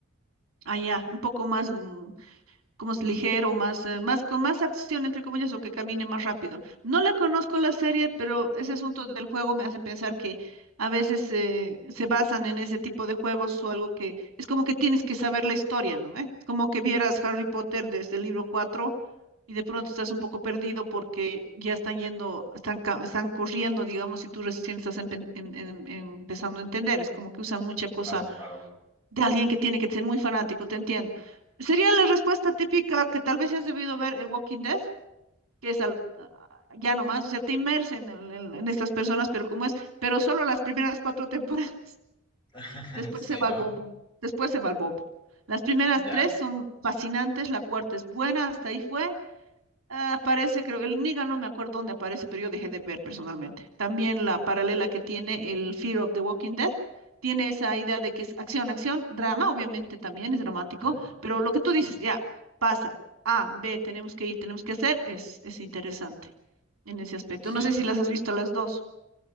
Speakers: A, on the right; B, on the left.
A: Ah, ya, un poco más mm, como es ligero, más, eh, más, con más acción, entre comillas, o que camine más rápido. No la conozco la serie, pero ese asunto del juego me hace pensar que a veces eh, se basan en ese tipo de juegos o algo que es como que tienes que saber la historia, ¿no? ¿Eh? Es como que vieras Harry Potter desde el libro 4 y de pronto estás un poco perdido porque ya están yendo, están, ca- están corriendo, digamos, y tú recién estás empe- en- en- en- empezando a entender. Es como que usan mucha cosa
B: Claro, claro.
A: de alguien que tiene que ser muy fanático, te entiendo. Sería la respuesta típica que tal vez has debido ver el Walking Dead, que es al, ah, ya nomás, o sea, te inmerses en, el- en- en estas personas, pero como es, pero solo las primeras cuatro temporadas. <laughs>
B: <laughs>
A: Después
B: Sí,
A: se va
B: ¿no?
A: al bombo, después se va al bombo. Las primeras
B: Ya.
A: tres son fascinantes, la cuarta es buena, hasta ahí fue, Ah, aparece, creo, el Niga no me acuerdo dónde aparece, pero yo dejé de ver personalmente. También la paralela que tiene el Fear of the Walking Dead, tiene esa idea de que es acción, acción, drama, obviamente también es dramático,
B: Ujú.
A: pero lo que tú dices,
B: Sí,
A: ya, pasa, A, B, tenemos que ir, tenemos que hacer, es, es interesante en ese aspecto.
B: sí.
A: No sé si las has visto a las dos.